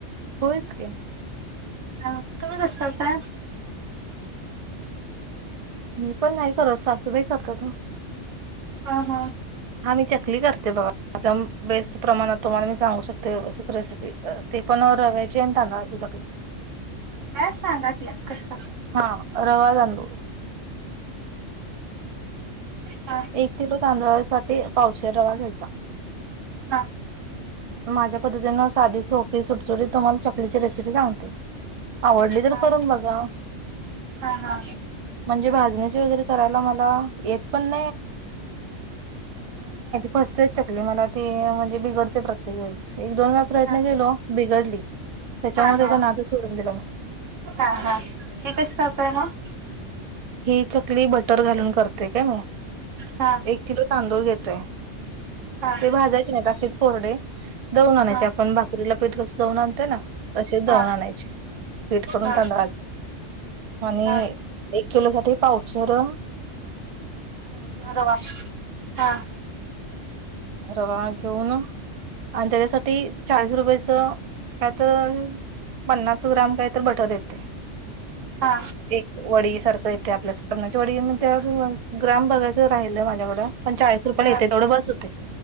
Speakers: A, on the right; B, on the right.
A: होयच की.
B: हा तुम्ही कस करताय.
A: मी पण नाही करत सासूबाई करतात ओ.
B: हा. हा.
A: हा मी चकली करते बाबा आता बेस्ट प्रमाणात तुम्हाला मी सांगू शकते असच रेसिपी ते पण रव्याचेन तजक
B: काय सांगा त कस
A: हा रवाज अनभ
B: हा
A: एक किलो तांदळा सा पावशीर रवा घ्यायचा
B: हा
A: माझ्या पद्धतीनं साडी सोपी सुटसुडीत तुम्हाला चकलीची रेसिपी सांगते आवडली तर
B: हा
A: करून बघा
B: हा हा
A: म्हणजे वर करा म येत पण फ मला ती म्हणजे बिघडते प्रत्येक वेळेस एक दोन वेळा प्रयत्न
B: हा हा
A: केलो बिघडली त्याच्यामुळे
B: हा हा
A: त्याचा नाद सोडून दिला म
B: हा हा हे कस करतय मग
A: ही चकली बटर घालून करते काय मग
B: हा
A: एक किलो तांदूळ घेत
B: हा
A: ते भाजायचे नाही असेच कोोरडे दवून आणायची
B: हा
A: आपण भाकरीला पीठ कस दवून आणोय ना तशीच दवून
B: हा
A: आणायची वेट करून
B: हा
A: तांदवायचं आणि
B: हा
A: एक किलो साठी पाऊचर
B: होर वा हा
A: रवा घेऊन आणि त्याच्यासाठी चाळीस रुपयाच काय तर पन्नास ग्राम काय तर बटर येते
B: हा
A: एक वडी सारखं येते आपल्या साब्नाच्या वडी म्हण त्यावर म ग्रम बघायचं राहिलंयझ्याकडं पण चाळीस रुपयाला
B: हा
A: येते
B: हा
A: तेवढं बस होत